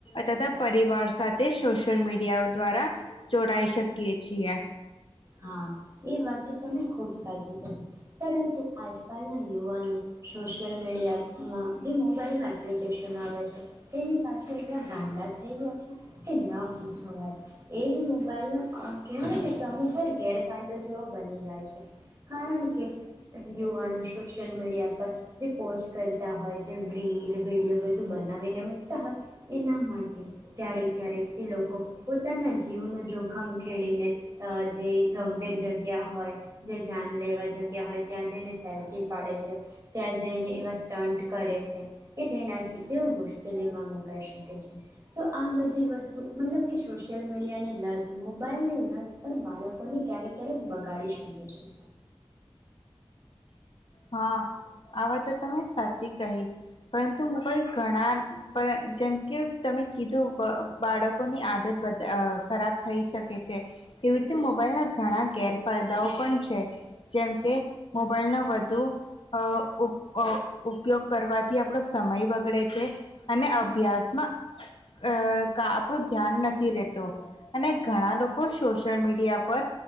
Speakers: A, on the left; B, on the right.
A: તથા પરિવાર સાથે તે સોશિયલ મીડિયાઓ દ્વારા જોડાઈ શકીએ છીએ.
B: હા, એ વાત તો તમે ખૂબ સાચી કહી. પરંતુ આજ કાલના યુવાનો સોશિયલ મીડિયામાં જે મોબાઈલમાં એપ્લિકેશન આવે છે તેની પાછળ એટલા ગાંડા થઈ ગયા છે કે ન પૂછો વાત, જ મોબાઈલનો કહેવાય ને તો અમુક તો ગેરફાયદો જેવો બની જાય છે કારણ કે યુવાનો સોશિયલ મીડિયા પર જે પોસ્ટ કરતા હોય જે રીલ, વિડીયો બધું બનાવીને મૂકતા હોય એના માટે ક્યારેક-ક્યારેક એ લોકો પોતાના જીવનું જોખમ ખેડીને અ જે ગંભીર જગ્યા હોય, જે જાન લેવા જગ્યા હોય ત્યાં જઈને સેલ્ફી પાડે છે ત્યાં જઈને એવા સ્ટન્ટ કરે છે કે જેનાથી તેઓ મુશ્કેલીમાં મુકાઈ શકે છે તો આ બધી વસ્તુ મતલબ કે સોશિયલ મીડિયાની લત, મોબાઈલની લત પણ બાળક કોને ક્યારેક-ક્યારેક બગાડી શકે છે.
A: હા, આ વાત તો તમે સાચી કહી, પરંતુ મોબાઈલ ઘણા પરં જેમકે તમે કીધું બ બાળકોની આદત બદ ખરાબ થઈ શકે છે એવી રીતે મોબાઈલ ના ઘણા ગેરફાયદાઓ પણ છે જેમકે મોબાઈલનો વધુ ઉપ ઉપયોગ કરવાથી આપણો સમય બગડે છે અને અભ્યાસમાં અ કા આપણું ધ્યાન નથી રહેતું અને ઘણા લોકો સોશિયલ મીડિયા પર